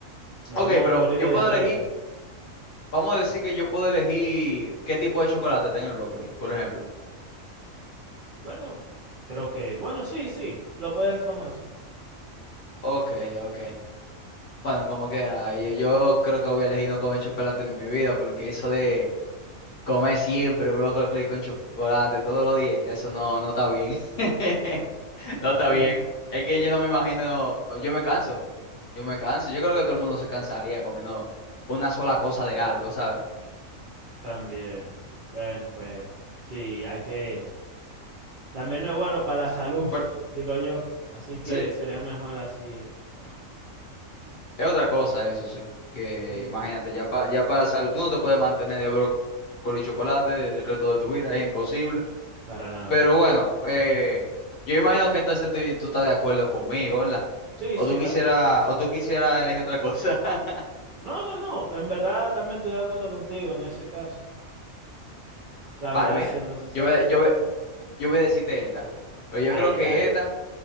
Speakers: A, on the right (about 60°); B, on the left (about 55°).
A: Nos
B: Ok,
A: vamos
B: pero
A: a morir
B: yo
A: de
B: puedo
A: diabetes.
B: elegir. Vamos a decir que yo puedo elegir qué tipo de chocolate está en el brócoli, por ejemplo.
A: Bueno, creo que, bueno, sí, sí, lo puedes tomar, sí.
B: Ok, ok. Bueno, como quiera, yo, yo creo que voy a elegir no comer chocolate en mi vida, porque eso de comer siempre brócoli con chocolate todos los días, eso no, no está bien. <laughs>
A: <laughs>
B: No está bien. Es que yo no me imagino, yo me canso, yo me canso. Yo creo que todo el mundo se cansaría comiendo una sola cosa de algo, ¿sabes?
A: También. Bueno, pues sí, hay que, también no es bueno para la salud, <laughs>
B: ¿Cuál,
A: digo yo. Así que
B: Sí.
A: sería mejor así. ah,
B: Es otra cosa eso, sí. Que
A: ujú,
B: imagínate, ya, pa- ya para salud, tú no te puedes mantener de brócoli y chocolate el resto de tu vida, es imposible.
A: Para nada.
B: Pero bueno, eh, yo imagino que entonces tú, tú estás de acuerdo conmigo, ¿verdad?
A: Sí,
B: O
A: sí,
B: tú
A: está
B: quisieras,
A: bien.
B: o tú quisieras elegir otra cosa. <laughs>
A: No, no, no. En verdad también estoy de acuerdo contigo en ese caso. La verdad,
B: Vale, mira,
A: siendo sincero.
B: yo voy, yo voy- yo voy a decirte esta. Pero yo
A: Ay,
B: creo
A: ay,
B: que
A: ay.
B: esta